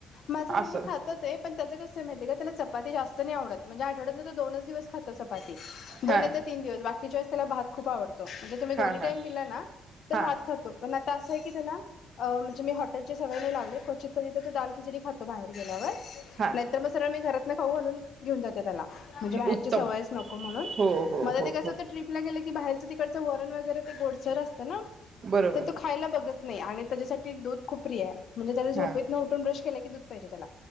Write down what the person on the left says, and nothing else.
माझं बरबर
खात ते पण त्याच कस माहितेय का त्याला चपाती जास्त नाही आवड म्हणजे आठवड्यातल तो दोनच दिवस खातस चपाती दोन
नाय तर तीन दिवस बाकी त्याला भात खूप आवडं म्हणजे तुम्ही दोन
टाइम दिला ना तर
भात खातो पण आत त असय की त्याला अ म्हणजे मी हॉटेलची सवय नाही लावले क्वचित कधी तर दाल खिचडी खातो बाहेर गेल्यावर
नाहीतर म सरळ मी घरात खाऊ घालून घेऊन जाते त्याला म्हणजे बाहेरची
सवयच नको म्हणून
मला
ते कस
होतं ट्रीपला गेल की, की बाहेरच तिकडचं वरण वगैरे ते गोडसर असतं ना?
तर तो खायला बघत नाय आणि त्याच्यासाठी दूध खूप प्रिय आहे. म्हणजे त्याला झोपेतन
उठून ब्रश केला की की दूध पाहिजे त्याला.